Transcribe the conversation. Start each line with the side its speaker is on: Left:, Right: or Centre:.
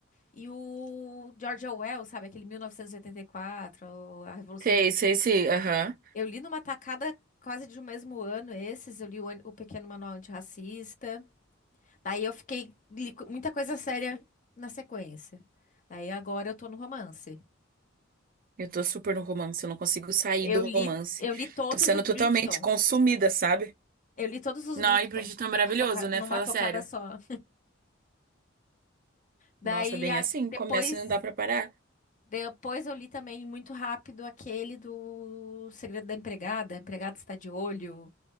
Left: e o George Orwell, sabe? Aquele 1984, A Revolução
Right: Sei,
Left: do.
Right: sei, sei. Aham.
Left: Eu li numa tacada quase de um mesmo ano esses, eu li o, an- o Pequeno Manual Antirracista. Daí eu fiquei, li co- muita coisa séria na sequência. Daí agora eu tô no romance.
Right: Eu tô super no romance, eu não consigo sair
Left: Eu
Right: do
Left: li,
Right: romance.
Left: eu li todos
Right: Tô sendo
Left: os
Right: totalmente
Left: Bridgerton.
Right: consumida, sabe?
Left: Eu li todos os
Right: Não,
Left: Bridgerton
Right: e Bridgerton é
Left: numa,
Right: maravilhoso,
Left: toca-
Right: né?
Left: numa
Right: Fala
Left: tocada
Right: sério.
Left: só. Daí
Right: Nossa, bem
Left: a-
Right: assim,
Left: depois,
Right: começa e não dá pra parar.
Left: depois eu li também muito rápido aquele do Segredo da Empregada, a Empregada Está de Olho,